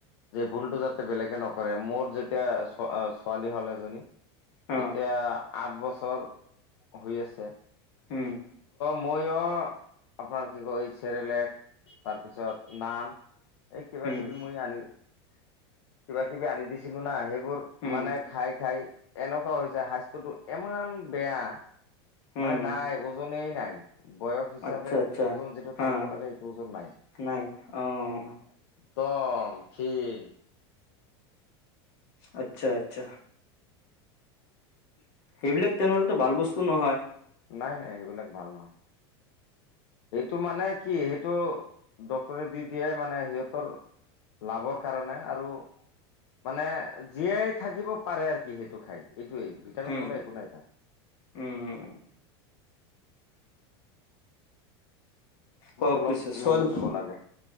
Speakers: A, on the left; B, on the left.
A: যে ভুলতটো যাতে বেলেগে নকৰে কৰে মোৰ যেতিয়া ছোৱা, ছোৱালী হ'ল এজনী
B: হ
A: এতিয়া আঠ বছৰ হৈ আছে।
B: উম
A: ময়ো, আপোনাৰ কি কয় এই চেৰেলেক তাৰপিছত নান এই কিবা-কিবি
B: উম
A: মই আনি। কিবা -কিবি আনি দিছিলোঁ না আহিব মোৰ
B: উম
A: মানে খাই খাই এনেকুৱা হৈছে, স্বাস্থ্যতটো ইমান বেয়া
B: উম
A: মানে নাই, ওজনেই নাই। বয়স হিচাপে
B: আচ্ছা আচ্ছা
A: ওজন যিটো
B: হা
A: থাকিব লাগে, সেইটো ওজন নাই।
B: নাই অহ।
A: কম ক্ষীণ।
B: আচ্ছা, আচ্ছা। সেইবিলাক তেনেহলেটো ভাল বস্তু নহয়?
A: নাই, নাই, সেইবিলাক ভাল নহয়। এইটো মানে কি, সেইটো ডক্তৰে দি দিয়াই মানে সিহঁতৰ লাভৰ কাৰণে আৰু মানে জীয়াই থাকিব পাৰে আৰু সি সেইটো খায়। এইটোৱেই, ভিটামিন
B: উম
A: পাৱলৈ একো নাই তাৰ।
B: উম কওক
A: অলপ
B: পিছে, ছোৱালী,
A: নজৰ দিব লাগে।